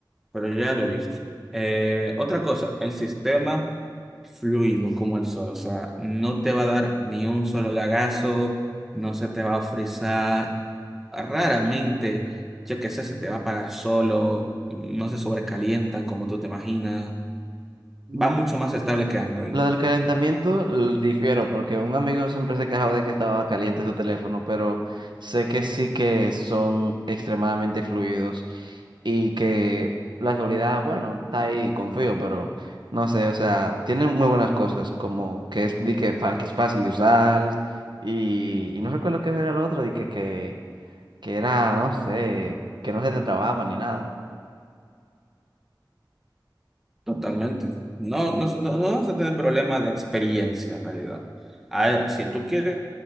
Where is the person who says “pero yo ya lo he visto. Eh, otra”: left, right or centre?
Centre